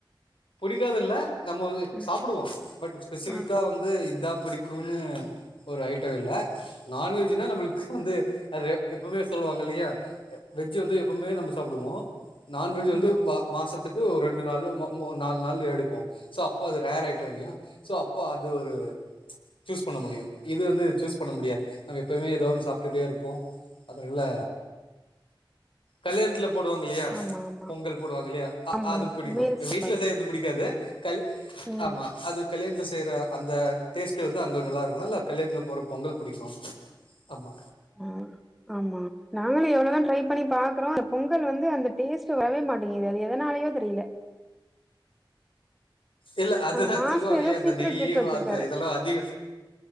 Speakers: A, on the left; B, in the centre.
A: புடிக்காதுல்ல நம்ம வந்து
B: ம்
A: சாப்புடுவோம் பட் ஸ்பெசிஃபிக்கா
B: ஆ
A: வந் து இதா பிடிக்குனு ஒரு ஐட்டோ இல்ல நான்வெஜ்னா நம்மளுக் குந்து ஐயயோ எப்போமே சொல்லுவாங்க இல்லையா வெஜ் வந்து எப்போமே நம்ம சாப்புடுவோம் நான்வெஜ் வந்து
B: ஆமா
A: வ மாசத்துக்கு ஒரு ரெண்டு நாளு நால் நாளு எடுப்போம் சோ அப்போ அது ரேர் ஆயிட்டோ இல்லயா சோ அப்போ அது ஒரு சூஸ் பண்ண முடியும் இது வந்து சூஸ் பண்ண முடியாது நாங்க எப்பவுமே ஏதோ ஒண்ணு சாப்ட்டுட்டே இருப்போம் அதனால கல்யாணத்ல போடுவாங்க இல்லையா
B: ஆமா ஆமா
A: பொங்கல் போடுவாங்க இல்லயா ஆ
B: ஆமா
A: அது பிடிக்கும்
B: மீல் சாப்பாடு
A: வீட்ல செய்றது புடிக்காது கல்
B: ம்
A: ஆமா அது கல்யாணத் செய்ற அந்த டேஸ்ட்டு வந்து அங்க நல்லா இருக்குனு இல்ல கல்யாணத்ல போற பொங்கல் பிடிக்கும் ஆமா
B: ம் ஆமா நாங்களு எவ்ளதா ட்ரை பண்ணி பாக்றோ பொங்கல் வந்து அந்த டேஸ்ட் வரவே மாட்டேங்குது அது எதனாலயோ தெரியல
A: இல்ல அதுதா
B: ஆ மாஸ்டர்
A: சொல்வாகல்லயா
B: ஏதோ
A: அந்த
B: சீக்ரெட்
A: நெய்
B: ட்ரிக் வச்சிருக்காரு
A: அது இதல்லா அதிக